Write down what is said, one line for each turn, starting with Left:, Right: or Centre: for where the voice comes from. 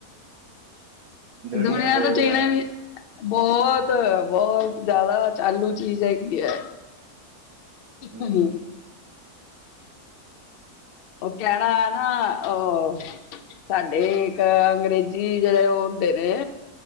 Right: ਦੁਨੀਆ
Left: ਦੁਨੀਆਂ
Right: ਗੋਲ
Left: ਤਾਂ ਜੀਨਾ
Right: ਹੈ
Left: ਵੀ ਬਹੁਤ ਬਹੁਤ ਜਿਆਦਾ ਚਾਲੂ ਚੀਜ਼ ਹੈਗੀ ਹੈ
Right: ਹੂੰ
Left: ਹੂ,,, ਓ ਕਹਿਣਾ ਨਾ ਉਹ ਸਾਡੇ ਇੱਕ ਅੰਗਰੇਜ਼ੀ ਜਿਹੜੇ ਉਹ ਹੁੰਦੇ ਨੇ